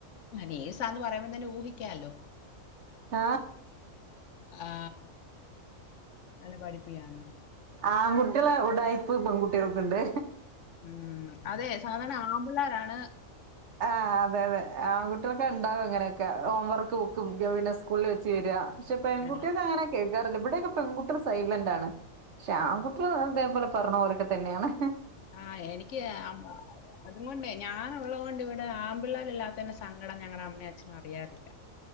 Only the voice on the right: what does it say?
ആ
ആങ്കുട്ടികൾളെ ഉടായിപ്പ് പെങ്കുട്ടികൾക്ക്ണ്ട്
ആ അതേഅതേ ആങ്കുട്യോൾക്ക്ണ്ടാവു അങ്ങനെ കെ ഹോംവർക്ക്ബുക്കും ജോയ്ന് സ്കൂൾള് വെച്ച് വെര്ക ഷേ പെങ്കുട്ടീൾക്കങ്ങനേക്കെ
കേറല് ഇവ്ടേക്കെ പെങ്കുട്ട്ള് സൈലൻ്റാണ് ഷേ ആങ്കുട്ട്ള് ഇതേപോലെ പറഞ്ഞപോലൊക്കെത്തന്നെയാണ്